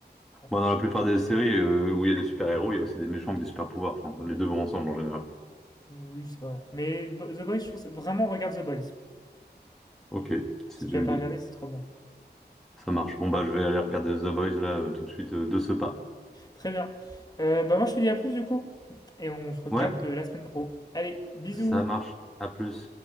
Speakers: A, on the left (about 20°); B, in the centre.
A: voilà.
B: Bon, dans la plupart des séries euh, où il y a des super-héros, il y a aussi des méchants avec des super-pouvoirs. Enfin, les deux vont ensemble en général.
A: oui, c'est vrai. Mais Bo- The Boys, je trouve. ça- Vraiment, regarde The Boys.
B: Ok, si
A: Si tu
B: tu
A: l'as
B: le
A: pas regardé,
B: dis.
A: c'est trop bien.
B: Ça marche. Bon, bah, je vais aller regarder The Boys là euh, tout de suite euh, de ce pas.
A: Très bien. Euh, bah, moi, je te dis à plus, du coup. Et on se recapte
B: Ouais,
A: euh, la semaine pro. Allez, bisous!
B: ça marche. À plus.